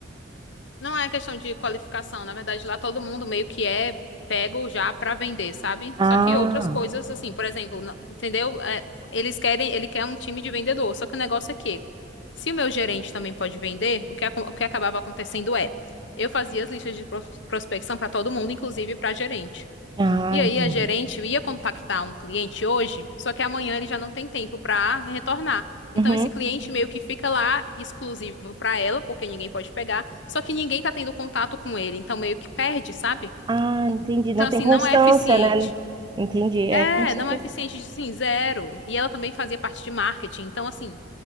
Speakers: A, on the left; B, on the right.
A: Não é questão de qualificação, na verdade lá todo mundo meio que é pego já pra vender, sabe?
B: Ah,
A: Só que outras coisas assim, por exemplo, na- entendeu? É, eles querem, ele quer um time de vendedor, só que o negócio é que se o meu gerente também pode vender, o que, acon- o que acabava acontecendo é, eu fazia as listas de pros- prospecção pra todo mundo, inclusive pra gerente.
B: ah,
A: E
B: entendi.
A: aí a gerente ia contactar um cliente hoje, só que amanhã ele já não tem tempo para retornar. Então
B: Uhum.
A: esse cliente meio que fica lá exclusivo para ela, porque ninguém pode pegar, só que ninguém tá tendo contato com ele, então meio que perde, sabe?
B: Ah, entendi. Não
A: Então assim,
B: tem constância,
A: não é eficiente.
B: né? Não- Entendi.
A: É,
B: É, com certeza.
A: não é eficiente, assim zero. E ela também fazia parte de marketing, então assim,